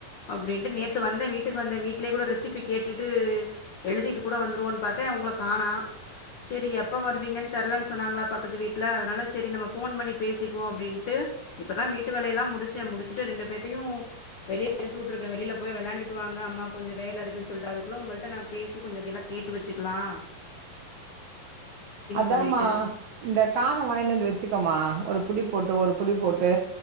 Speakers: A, on the left; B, on the right.
A: அப்டின்ட்டு நேத்து வந்தே வீட்டுக்கு வந்தே வீட்டிலயே கூட ரெசிபி கேட்டுட்டு எழுதிட்டு கூட வந்துருவோன்னு பாத்தே உங்கள காணோ சேரி எப்ப வருவீங்கன்னு தெரலன்னு சொன்னாங்களா பக்கத்து வீட்ல அதனால செரி நம்ம ஃபோ ஃபோன் பண்ணி பேசிக்குவோ அப்படின்ட்டு இப்பதா வீட்டு வேலைய எல்லா முடிச்சேன் முடிச்சுட்டு ரெண்டு பேத்தையும் வெளிய அனுப்புட்டுருக்கே வெளில போய் விளையாண்டுட்டு வாங்க அம்மா கொஞ்ச வேலை இருக்கு சொல்ட்டே அதுக்குள்ள உங்கள்ட்ட நா பேசி கொஞ்ச கெல்ல கேட்டு வச்சிக்கலா
B: அதாம்மா
A: சொல்லிட்டு.
B: இந்த கான வாங்கினந்து வச்சுக்கோமா ஒரு புடி போட்டு ஒரு புடி போட்டு